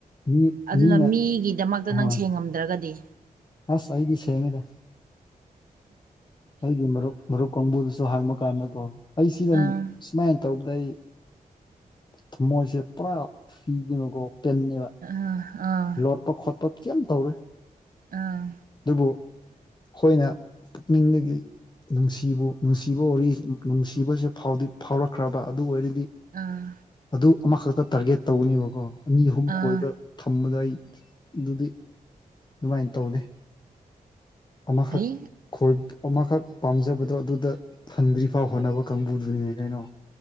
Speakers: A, on the left; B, on the right.
A: ꯃꯤ
B: ꯑꯗꯨꯅ
A: ꯃꯤꯅ
B: ꯃꯤꯒꯤꯗꯃꯛꯇ ꯅꯪ
A: ꯍꯣꯏ
B: ꯁꯦꯡꯉꯝꯗ꯭ꯔꯒꯗꯤ
A: ꯑꯁ ꯑꯩꯗꯤ ꯁꯦꯡꯉꯦꯗꯥ ꯑꯩꯒꯤ ꯃꯔꯨꯞ ꯃꯔꯨꯞ ꯀꯥꯡꯕꯨꯗꯨꯁꯨ ꯍꯥꯡꯕ ꯀꯥꯟꯗꯀꯣ ꯑꯩꯁꯤꯗ
B: ꯑꯥ
A: ꯁꯨꯃꯥꯏꯅ ꯇꯧꯕꯗ ꯑꯩ ꯊꯃꯣꯏꯁꯦ ꯄꯨꯔꯥ ꯊꯨꯈꯤꯕꯕꯀꯣ ꯄꯟꯅꯦꯕ
B: ꯎ ꯑꯥ
A: ꯈꯣꯠꯄ ꯈꯣꯠꯄ ꯀꯩꯝ ꯇꯧꯔꯣꯏ
B: ꯑꯥ
A: ꯑꯗꯨꯕꯨ ꯑꯩꯈꯣꯏꯅ ꯄꯨꯛꯅꯤꯡꯗꯒꯤ ꯅꯨꯡꯁꯤꯕꯨ ꯅꯨꯡꯁꯤꯕ ꯋꯥꯔꯤ ꯅꯨꯡꯁꯤꯕꯁꯦ ꯐꯥꯎꯗꯤ ꯐꯥꯎꯔꯛꯈ꯭ꯔꯕ ꯑꯗꯨ ꯑꯣꯏꯔꯗꯤ
B: ꯑꯥ
A: ꯑꯗꯨ ꯑꯃꯈꯛꯇ ꯇꯥꯔꯒꯦꯠ ꯇꯧꯒꯅꯦꯕꯀꯣ ꯑꯅꯤ ꯑꯍꯨꯝ
B: ꯑꯥ
A: ꯀꯣꯏꯕ ꯊꯝꯕꯗ ꯑꯩ ꯑꯗꯨꯗꯤ ꯑꯗꯨꯃꯥꯏꯅ ꯇꯧꯗꯦ ꯑꯃꯈꯛ
B: ꯍꯩ
A: ꯈꯣꯏ ꯑꯃꯈꯛ ꯄꯥꯝꯖꯕꯗꯣ ꯑꯗꯨꯗ ꯐꯪꯗ꯭ꯔꯤ ꯐꯥꯎ ꯍꯣꯠꯅꯕ ꯀꯥꯡꯕꯨꯗꯨꯅꯤꯅꯦ ꯀꯩꯅꯣ